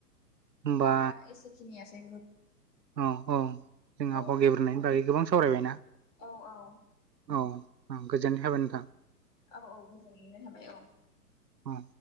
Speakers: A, on the right; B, on the left.
A: होमबा
B: दा एसे खिनियासै।
A: औ औ जोंहा
B: औ
A: आबहाव गेब्रेनायनि बागै गोबां सावरायबाय ना?
B: औ औ
A: औ गोजोननाय हाबाय नोंथां।
B: औ औ गोजोननाय थाबाय औ।
A: उम